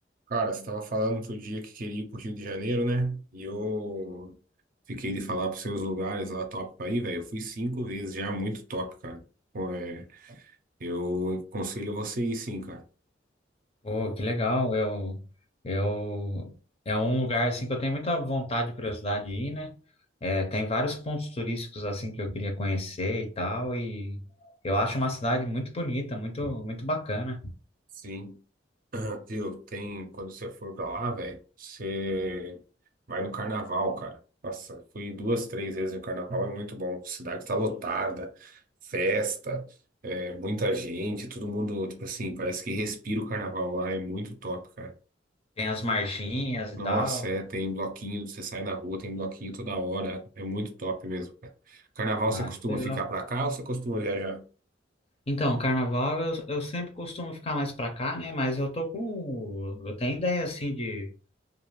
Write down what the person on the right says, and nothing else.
Cara, você estava falando outro dia que queria ir pro Rio de Janeiro, né? E eu fiquei de falar pros seus lugares lá top pra ir, velho. Eu fui cinco vezes já, muito top, cara. Pô, é, eu aconselho você ir sim, cara.
Sim. <clears throat> Viu? Tem, quando você for pra lá, velho, você vai no carnaval, cara. Nossa, fui duas, três vezes no carnaval, é muito bom. Cidade tá lotada, festa, é, muita gente, todo mundo, tipo assim, parece que respira o carnaval lá, é muito top, cara.
Nossa,
é, tem bloquinho, você sai na rua, tem bloquinho toda hora, é muito top mesmo, cara. Carnaval
você costuma
ficar pra cá ou você costuma viajar?